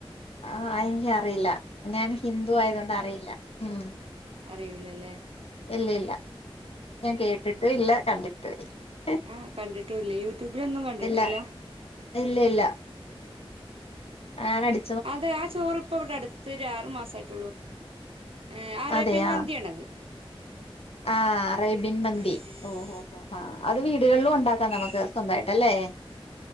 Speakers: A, on the left (about 75°); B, on the right (about 65°).
A: ആഹ് എനിക്ക് അറിയില്ല ഞാൻ ഹിന്ദുവായത് കൊണ്ട് അറിയില്ല ഉം
B: അറിയൂല്ലല്ലേ
A: ഇല്ല ഇല്ല ഞാൻ കേട്ടിട്ട് ഇല്ല കണ്ടിട്ടൂല്ല
B: ആഹ കണ്ടിട്ടൂല്ല യൂട്യൂബിലൊന്നും കണ്ടിട്ടില്ല
A: ഇല്ല ഇല്ല ഇല്ല ആനടി
B: അതെ ആ ചോറ് ഇപ്പ ഇവിടെ അടുത്ത് ഒരു ആറു മാസ ആട്ടുള്ളൂ ഹെ അറേബ്യൻ
A: അതെയാ
B: മന്തിയാണത്
A: ആഹ് അറേബ്യൻ മന്തി
B: അറേബ്യൻ മന്തി
A: ഓ ഓ ഓ ഹാ അത് വീടുകളിലും ഉണ്ടാക്കാം നമുക്ക്
B: അറേബ്യൻ
A: സ്വന്തമായിട്ടല്ലേ
B: മന്തി